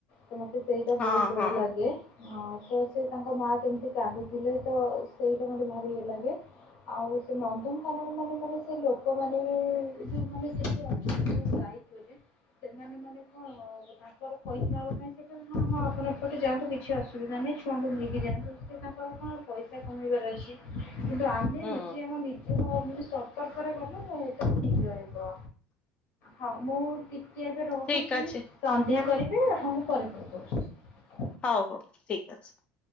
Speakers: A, on the left (about 70°); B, on the left (about 25°).
A: ତ ମୋତେ ସେଇଟା
B: ହଁ
A: ବହୁତ
B: ହଁ
A: ଡର ଲାଗେ। ହଁ ତ ସେ ତାଙ୍କ ମାଆ କେମିତି କାନ୍ଦୁଥିଲେ ତ ସେଇଟା ମୋତେ ଭାରି ଇଏ ଲାଗେ ଆଉ ସେ ନନ୍ଦନକାନରେ ମାନେ ମାନେ ସେ ଲୋକମାନେ ବି ଯେଉମାନେ ସେଠି ଅଛନ୍ତି ଦାୟିତ୍ଵରେ ସେମାନେ ମାନେ କଣ ତାଙ୍କର ପଇସା ହେବା ପାଇଁ ସେଟା ହଁ ହଁ ଆପଣ ଏପଟେ ଯାଆନ୍ତୁ କିଛି ଅସୁ ଅସୁବିଧା ନାହିଁ ଛୁଆଙ୍କୁ ନେଇକି ଯାଆନ୍ତୁ ସେ ତାଙ୍କର କଣ ପଇସା କମେଇବାର ଅଛି କିନ୍ତୁ ଆମେ
B: ହଁ
A: ନିଜେ ଆମ ନିଜ ସତର୍କରେ ଗଲେ ତ ଠିକ ରହିବ। ହଁ ମୁଁ ଟିକିଏ ଏବେ ରହୁଛି
B: ଠିକ ଅଛି।
A: ସନ୍ଧ୍ୟା କରି ବି ଆପଣ ଙ୍କୁ ପରେ କଲ କରୁଚି।
B: ହଉ ହଉ ଠିକ ଅଛି।